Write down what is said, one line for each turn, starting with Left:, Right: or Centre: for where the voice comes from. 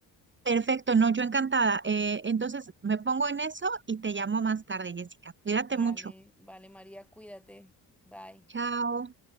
Right: Perfecto, no, yo encantada. Eh, entonces me pongo en eso y te llamo más tarde, Jessica. Cuídate
Centre: Vale,
Right: mucho.
Centre: vale, María, cuídate. Bye.
Right: Chao.